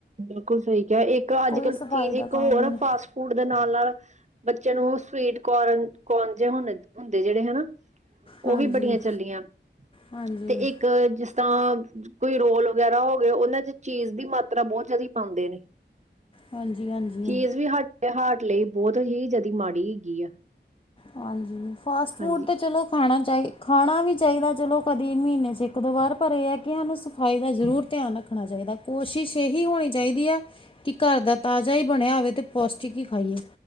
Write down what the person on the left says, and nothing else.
ਕੋਈ ਸਫਾਈ
ਦਾ
ਕੰਮ
ਨਹੀਂ।
ਹਾਂਜੀ
ਹਾਂਜੀ
ਹਾਂਜੀ ਹਾਂਜੀ
ਹਾਂਜੀ ਫਾਸਟ ਫੂਡ
ਤੇ ਚਲੋ ਖਾਣਾ ਚਾਹੀ, ਖਾਣਾ ਵੀ ਚਾਹੀਦਾ ਚਲੋ ਕਦੀ ਮਹੀਨੇ 'ਚ ਏਕ-ਦੋ ਵਾਰ ਪਰ ਇਹ ਐ ਕਿ ਸਾਨੂੰ ਸਫਾਈ ਦਾ ਜ਼ਰੂਰ ਧਿਆਨ ਰੱਖ ਰੱਖਣਾ ਚਾਹੀਦਾ, ਕੋਸ਼ਿਸ਼ ਏਹੀ ਹੋਣੀ ਚਾਹੀਦੀ ਆ ਕੀ ਘਰ ਦਾ ਤਾਜ਼ਾ ਹੀ ਬਣਿਆ ਹੋਵੇ ਤੇ ਪੌਸ਼ਟਿਕ ਹੀ ਖਾਈਏ।